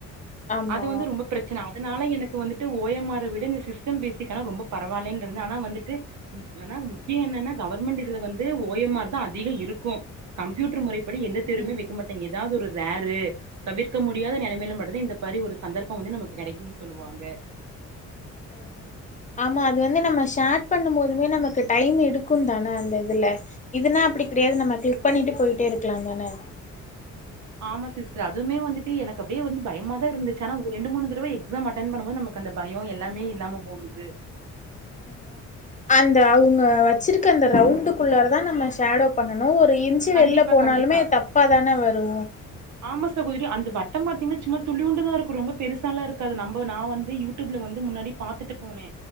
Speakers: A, on the left (about 25°); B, on the right (about 70°).
A: ஆமா
B: அது வந்து ரொம்ப பிரச்சன அதனால எனக்கு வந்துட்டு ஓ எம் ஆர விட இந்த சிஸ்டம் பேசிக் ஆனா ரொம்ப பரவால்லன்றது ஆனா வந்துட்டு ம் ஆனா முக்கிய
A: ம்
B: என்னன்னா கவர்மெண்ட் இதுல வந்து ஓ எம் ஆர் தா அதிகோ இருக்கூ கம்ப்யூட்டர் முறை படி எந்த
A: ம்ஹும்
B: தேர்வுமே வைக்க மாட்டேங்க ஏதாது ஒரு ரேரு தவிர்க்க முடியாத
A: ம்ஹும்
B: நெலமையில மட்டுந்தா இந்த பாரி ஒரு சந்தர்ப்பொ வந்து நமக்கு கெடைக்குன் சொல்லுவாங்க
A: அ ஹெ ஆமா அது வந்து நம்ம ஷேட் பண்ணூ போதுமே நமக்கு டைம் எடுக்குந் தானே அந்த இதுல இதுனா அப்டி கெடையாது நம்ம கிளிக் பண்ணிட்டு போயிட்டே இருக்லா தானே
B: ஆமா சிஸ்டர் அதுமே வந்துட்டு எனக்கு அப்டியே வந்து பயமாதா இருச்துச்சு ஆனா ஒரு ரெண்டு மூணு தடவ எக்ஸாம் அட்டென் பண்ணுபோது நமக் அந்த பயொ எல்லாமே இல்லாம போகுது
A: அ அந்த அவுங்க வச்சிருக்க அந்த ரவுண்டுக்குள்ளாற தா நம்ம ஷேடோ பண்ணனோ ஒரு இன்ச் சு
B: கண்டிப்பா
A: வெள்ல போனாலுமே
B: கண்டிப்பா
A: தப்ப தானே வரூ
B: ஆமா சகோதிரி அந்த வட்டொ பாத்தீங்ன்னா சும்மா துளியோண்டுதா இருக்கூ ரொம்ப பெருசாலா இருக்காது நம்ப நா வந்து யூ டியூப்ல வந்து முன்னாடி பாத்துட்டு போனே